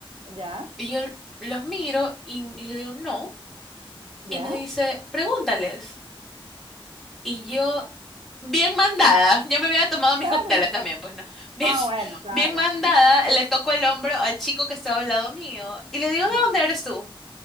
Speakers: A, on the right; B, in the centre.
A: ¿Ya?
B: Y yo los miro y, y le digo, no.
A: ¿Ya?
B: Y me dice, pregúntales. Y yo Bien mandada, yo me había tomado mis
A: Claro.
B: cócteles también, pues no. Bien,
A: Ah,
B: <laughs>
A: bueno, claro.
B: bien mandada, le toco el hombro al chico que estaba al lado mío y le digo, ¿de
A: ¿Ya?
B: dónde eres tú?